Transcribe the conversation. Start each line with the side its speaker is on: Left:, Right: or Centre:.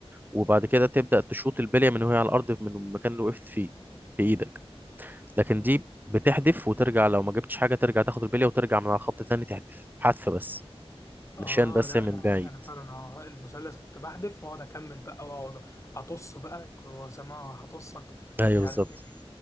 Right: وبعد كده تبدا تشوط البليه من وهي على الارض من المكان اللي وقفت فيه بايدك لكن دي بتحدف وترجع لو ما جبتش حاجه ترجع تاخد البليه وترجع من على الخط تاني تحدف حذف بس
Left: اه
Right: نشان بس
Left: لا
Right: من
Left: لا
Right: بعيد
Left: انا فعلا اه المثلث كنت بحذف واقعد اكمل بقى واقعد اطص بقى كنت بسمعها هطصك
Right: ايوه
Left: ومش
Right: بالظبط
Left: عارف ايه